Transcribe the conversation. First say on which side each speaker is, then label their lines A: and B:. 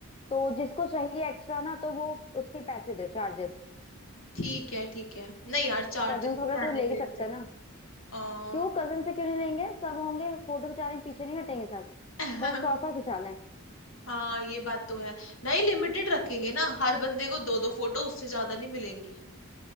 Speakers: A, on the left; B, on the left.
A: तो जिसको चाहिए एक्स्ट्रा ना तो वो उसके पैसे दे चार्जेस
B: ठीक है ठीक है नहीं यार चार्जेस
A: कजन्स वगैरह
B: तो रहने
A: से तो ले
B: देते
A: ही सकते
B: हैं
A: हैं ना
B: अ,
A: क्यों कजन से क्यों नहीं लेंगे सब होंगे फोटो खिंचाने पीछे नहीं हटेंगे सब
B: <laughs>
A: कौन सौ सौ खिंचा लें
B: हाँ ये बात तो है नहीं लिमिटेड रखेंगे ना हर बंदे को दो दो फोटो उससे ज्यादा नहीं मिलेंगी